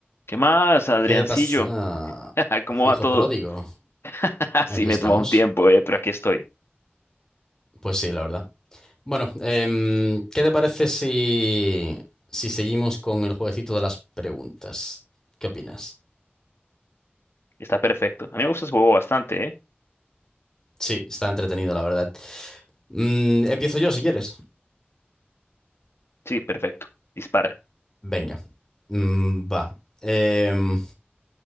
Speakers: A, on the left; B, on the left.
A: ¿Qué más, Adriancillo?
B: ¿Qué pasa?
A: <laughs> ¿Cómo
B: Hijo
A: va todo?
B: pródigo,
A: <laughs>
B: aquí
A: Sí, me
B: estamos.
A: tomó un tiempo, eh, pero aquí estoy.
B: Pues sí, la verdad. Bueno, em, ¿qué te parece si, si seguimos con el jueguecito de las preguntas? ¿Qué opinas?
A: Está perfecto. A mí me gusta ese juego bastante, ¿eh?
B: Sí, está entretenido, la verdad. Mm, empiezo yo, si quieres.
A: Sí, perfecto. Dispara.
B: Venga. Mm, va. Em,